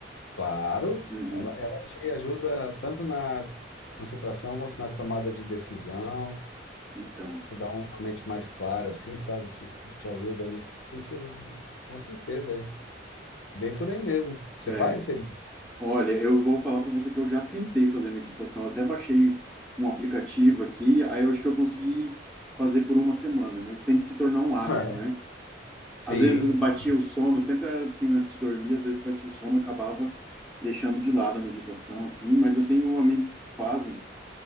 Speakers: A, on the left; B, in the centre.
A: Claro,
B: Uhum.
A: ela, ela te ajuda tanto na concentração quanto na tomada de decisão,
B: Então,
A: te dá uma mente mais clara, assim, sabe? Te, te ajuda nesse sentido, com certeza. É bem por aí mesmo. Você
B: é,
A: faz? Você...
B: olha, eu vou falar para você que eu já tentei fazer meditação, eu até baixei um aplicativo aqui, aí eu acho que eu consegui fazer por uma semana, mas tem que se tornar um hábito,
A: Ah, é?
B: né?
A: Sim,
B: Às vezes
A: sim.
B: batia o sono, sempre era assim antes de dormir, às vezes batia o sono, acabava deixando de lado a meditação, sim, mas eu tenho amigos que fazem